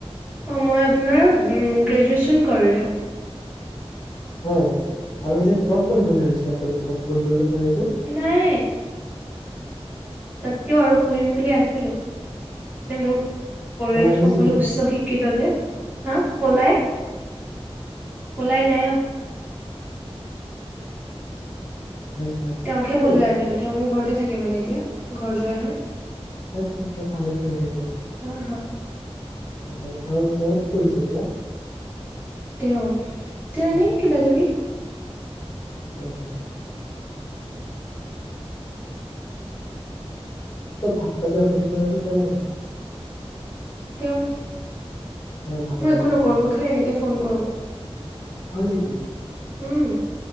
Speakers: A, on the right; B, on the left.
A: অঁ মই আপোনাৰ গ্ৰেজুৱেশ্যন কৰিলোঁ
B: হয় আৰু এতিয়া কিমান পঢ়িম বুলি ভাবিছিলা আপুনি কম পঢ়িলে বুলি ক'লে যে
A: নাই তাতকেও আৰু পঢ়িম বুলি আছিলো মানে মোৰ উ পৰিয়ালত
B: পলাই
A: সকলো
B: গুচি গ'ল
A: উচ্চ শিক্ষিত যে হা পলাই ওলাই নাই অহা
B: হয় হয়
A: তেওঁকহে
B: হয়
A: পলুৱাই
B: এইটো-
A: আনিলো তেওঁ মোৰ ঘৰত ততে থাকে মানে এতিয়া ঘৰ জোৱাই হয়
B: আচ্ছা আচ্ছা ভালে কৰিলে দিয়ক
A: আ হা
B: হয় তেওঁ তেওঁ কি কৰিছে এতিয়া
A: তেওঁ তেওঁ এনেই
B: হয়
A: কিবা কিবি
B: হয় হয় ভাত পানী আপুনি বনায় নে তেওঁ বনাই
A: তেওঁ
B: হয় ভালে
A: মই একো
B: কৰিছে
A: নকৰোঁ
B: দিয়ক
A: মই খালি এনেকৈ ফোন কৰোঁ
B: হয় নেকি
A: উম